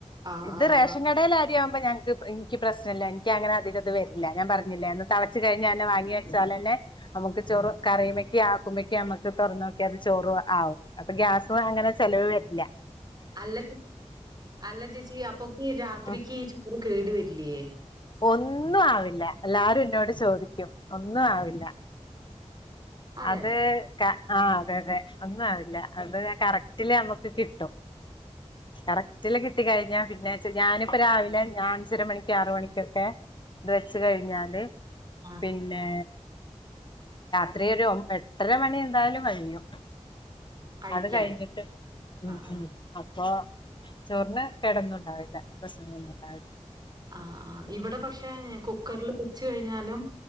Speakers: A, on the right; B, on the left.
A: ആഹ്
B: ഇത്
A: ആഹ്
B: റേഷൻ
A: ആഹ്
B: കടേലെ ആര്യാവുമ്പോ ഞ ഇൻക്ക് പ്രശ്ന ഇല്ല ഇൻക്ക് അങ്ങനെ അധിക ഇത് വര്ല്ല. ഞാൻ പറഞ്ഞില്ലേ എന്ന് തളച്ചു കഴിഞ്ഞാല് വാങ്ങി വെച്ചാലെന്നെ നമുക്ക് ചെറു
A: ആഹ്
B: കറിയുമക്ക് ആഹ് ക്ക്യ നമ്മക്ക് തൊറന്നോക്ക്യ അത് ചോറു ആവും. അപ്പൊ ഗ്യാസും അങ്ങനെ ചെലവ് വര്ല്ല
A: അല്ല <unintelligible> അല്ല ചേച്ചി അപ്പൊക്ക് ഈ രാത്രിക്ക്
B: ഉം
A: ചോറ് കേട് വര്ലേ?
B: ഒന്നും ആവില്ല. എല്ലാരും ഇന്നോട് ചോദിക്കും ഒന്നും ആവില്ല
A: അതെ
B: അത് ക്കഹ് ആഹ് അതെ അതെ ഒന്നും ആവില്ല അത് കറക്റ്റില് അമ്മക്ക് കിട്ടും കറക്റ്റില കിട്ടി കഴിഞ്ഞ പിന്നെ ഞാനിപ്പ രാവിലെ ഞാ അഞ്ചര മണിക്ക് ആറ് മണിക്കൊക്കെ ഇത് വെച്ച് കഴിഞ്ഞാല്
A: ആഹ്
B: പിന്നേ എത്രയൊരു എട്ട്ര മണി എന്തായാലും കഴിയും
A: കഴിക്കാൻ
B: അത് കഴിഞ്ഞിട്ട് ഉം
A: ആഹ് ആഹ്
B: ഉം അപ്പൊ ചോറിന് കെടൊന്നുണ്ടാവില്ല. പ്രശ്നൊന്നും ഉണ്ടാവില്ല
A: അഹ് ആഹ് ഇവടെ പക്ഷെ കുക്കറ്ല് വെച്ച് കഴിഞ്ഞാലും